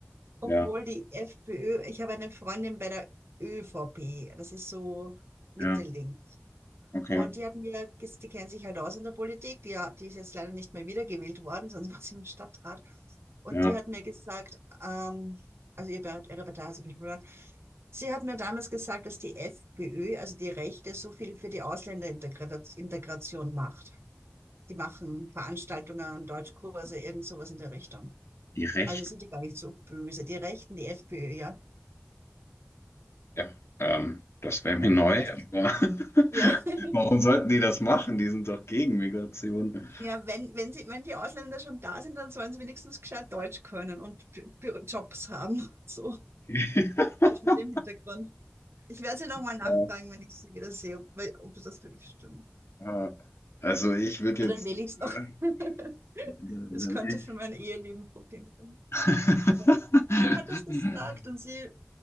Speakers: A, on the right; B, on the left.
A: Obwohl
B: ja,
A: die FPÖ, ich habe eine Freundin bei der ÖVP, das ist so Mitte-Links.
B: ja, okay,
A: Und die hat mir, ges- die kennt sich halt aus in der Politik, die, ja- die ist jetzt leider nicht mehr wiedergewählt worden, <laughs> sonst war sie im Stadtrat. Und
B: ja.
A: die hat mir gesagt, ähm, also ihre, Part- ihre Partei hat sich nicht verloren. Sie hat mir damals gesagt, dass die FPÖ, also die Rechte, so viel für die Ausländerintegration Integration macht. Die machen Veranstaltungen, Deutschkurse, irgend sowas in der Richtung.
B: Die Rechte.
A: Also sind die gar nicht so böse. Die Rechten, die FPÖ, ja.
B: Ja, ähm, das wäre mir neu.
A: Was?
B: Aber <laughs>
A: Ja. <laughs>
B: warum sollten die das machen? Die sind doch gegen Migration.
A: Ja, wenn, wenn sie, wenn die Ausländer schon da sind, dann sollen sie wenigstens gescheit Deutsch können und B- B- Jobs haben. <laughs> So,
B: <laughs>
A: vielleicht mit dem Hintergrund. Ich werde sie nochmal
B: Ja,
A: nachfragen, wenn ich sie wieder sehe, ob, weil- ob das wirklich stimmt.
B: ja. Also ich würde
A: Aber
B: jetzt.
A: dann wähle ich es noch.
B: Äh,
A: <laughs>
B: <laughs> da- da
A: Das könnte
B: wär ich-
A: für mein Eheleben Probleme sein.
B: <laughs>
A: Aber sie hat das gesagt und sie